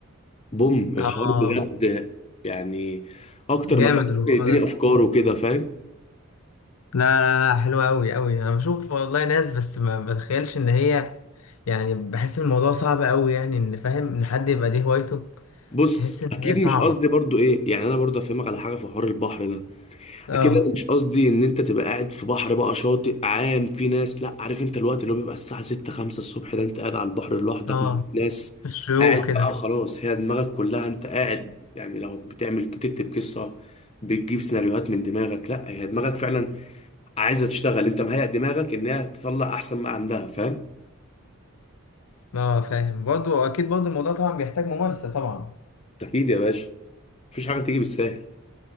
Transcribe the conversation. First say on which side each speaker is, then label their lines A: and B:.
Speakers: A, on the left; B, on the left.
A: بوم الحوار
B: آه
A: بجد يعني اكتر
B: جامد
A: مكان
B: الموضوع
A: ممكن يديني
B: ده
A: افكار وكده فاهم
B: لا لا لا حلوة أوي أوي أنا بشوف والله ناس بس ما بتخيلش إن هي يعني بحس الموضوع صعب أوي يعني إن فاهم إن حد يبقى دي هوايته
A: بص
B: تحس إن
A: اكيد
B: هي
A: مش
B: صعبة
A: قصدي برضو ايه يعني انا برضو افهمك على حاجه في حوار البحر ده
B: اه
A: اكيد انا مش قصدي ان انت تبقى قاعد في بحر بقى شاطئ عام في ناس لا عارف انت الوقت اللي هو بيبقى الساعه 6 5 الصبح ده انت قاعد على البحر لوحدك
B: اه
A: مفيش ناس
B: الشيوخ
A: قاعد
B: كده
A: بقى خلاص هي دماغك كلها انت قاعد يعني لو بتعمل بتكتب قصه بتجيب سيناريوهات من دماغك لا هي دماغك فعلا عايزه تشتغل انت مهيئ دماغك انها تطلع احسن ما عندها فاهم
B: اه فاهم برضه أكيد برضه الموضوع طبعا بيحتاج ممارسة طبعا
A: اكيد يا باشا مفيش حاجه تيجي بالسهل